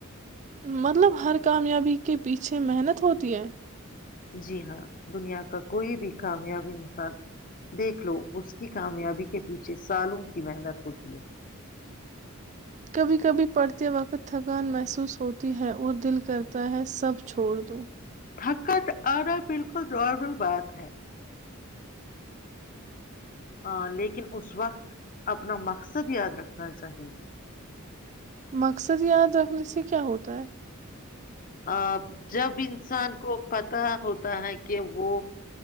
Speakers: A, on the right; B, on the left.
A: مطلب ہر کامیابی کے پیچھے محنت ہوتی ہے
B: جی ہاں دنیا کا کوئی بھی کامیابی انسان دیکھ لو اس کی کامیابی کے پیچھے سالوں کی محنت ہوتی ہے
A: کبھی کبھی پڑھتے وقت تھکان محسوس ہوتی ہے اور دل کرتا ہے سب چھوڑ دو
B: تھکت آرا بالکل نارمل بات ہے ہ لیکن اس وقت اپنا مقصد یاد رکھنا چاہیے
A: مقصد یاد رکھنے سے کیا ہوتا ہے؟
B: آپ جب انسان کو پتا ہوتا ہے کہ وہ